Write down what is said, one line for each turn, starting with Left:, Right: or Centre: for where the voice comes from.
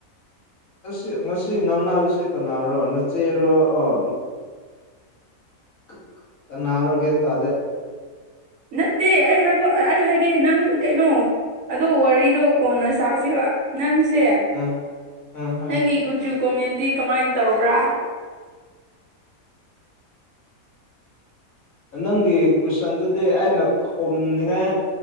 Left: ꯑꯁꯤ ꯉꯁꯤ ꯉꯥꯡꯅꯕꯁꯦ ꯀꯅꯥꯔꯣ ꯅꯆꯦꯔꯣ ꯑꯣ꯫ ꯀ ꯀꯅꯥꯔꯣ ꯒꯌ꯭ꯥꯟ ꯇꯗꯦ
Right: ꯅꯠꯇꯦ ꯑꯩ ꯍꯥꯏꯈꯣ ꯑꯩ ꯍꯥꯏꯒꯦ ꯅꯪ ꯀꯩꯅꯣ ꯑꯗꯨ ꯋꯥꯔꯤꯗꯣ ꯀꯣꯟꯅ ꯁꯥꯁꯦꯕ ꯅꯪ ꯁꯦ
Left: ꯎꯝ ꯎꯝ ꯍꯣꯏ
Right: ꯅꯪꯒꯤ ꯀꯒꯨꯆꯨ ꯀꯣꯃꯦꯟꯗꯤ ꯀꯃꯥꯏꯅ ꯇꯧꯕ꯭ꯔꯥ
Left: ꯑꯁ ꯅꯪꯒꯤ ꯀꯨꯏꯁꯟꯗꯨꯗꯤ ꯑꯩꯅ ꯈꯨꯝꯅꯤꯡꯉꯥꯏ꯫